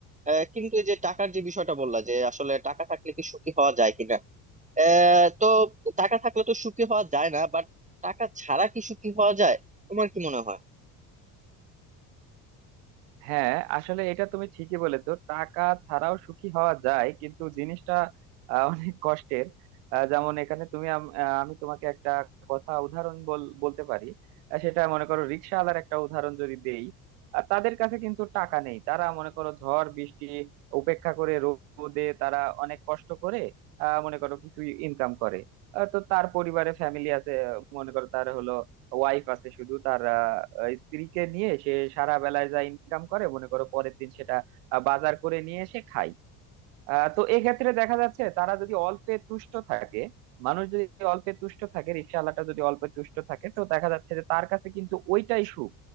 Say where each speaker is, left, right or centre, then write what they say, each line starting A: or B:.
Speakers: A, on the right; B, on the right.
A: আহ, কিন্তু এই যে টাকার যে বিষয়টা বললা যে আসলে টাকা থাকলে কি সুখী হওয়া যায় কিনা আহ, তো টাকা থাকলে তো সুখী হওয়া যায় না বাট টাকা ছাড়া কি সুখী হওয়া যায় তোমার কি মনে হয়
B: হ্যাঁ আসলে এটা তুমি ঠিকই বলেছো টাকা ছাড়াও সুখী হওয়া যায় কিন্তু জিনিসটা আহ, অনেক কষ্টের আহ, যেমন এখানে তুমি আম- আহ, আমি তোমাকে একটা কথা উদাহরণ বল বলতে পারি আহ, সেটা মনে করো রিক্সাওয়ালার একটা উদাহরণ যদি দেই আহ, তাদের কাছে কিন্তু টাকা নেই তারা মনে করো ঝড় বৃষ্টি উপেক্ষা করে রোদে তারা অনেক কষ্ট করে আহ, মনে করো কিছু ইনকাম করে আহ, তো তার পরিবারে ফ্যামিলি আছে আহ, মনে করো তার হলো ওয়াইফ আছে শুধু তার আহ, স্ত্রীকে নিয়ে সে সারা বেলায় যা ইনকাম করে মনে করো পরের দিন সেটা আহ, বাজার করে নিয়ে এসে খায় আহ তো এক্ষেত্রে দেখা যাচ্ছে তারা যদি অল্পে তুষ্ট থাকে মানুষ যদি অল্পে তুষ্ট থাকে রিকশাওয়ালাটা যদি অল্পে তুষ্ট থাকে তো দেখা যাচ্ছে যে তার কাছে কিন্তু ওইটাই সুখ